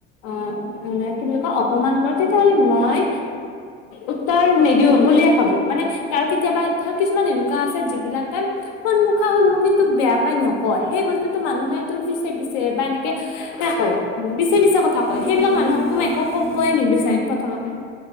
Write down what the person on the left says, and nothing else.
অ মানে কি বুলি কয় অপমান কৰে তেতিয়াহ'লে মই উত্তৰ নিদিও বুলিয়ে ভাবো মানে আৰু কেতিয়াবা ধৰ কিছুমান এনেকুৱা আছে যিবিলাকে সন্মুখা সন্মুখী তোক বেয়া পাই নকয় সেই বস্তুটো মানুহে তোৰ পিছে পিছে বা এনেকে কৰে পিছে পিছে কথা কয়
সেইবিলাক
মানুহকতো
মই ক'বই
নিবিচাৰিম প্ৰথমতে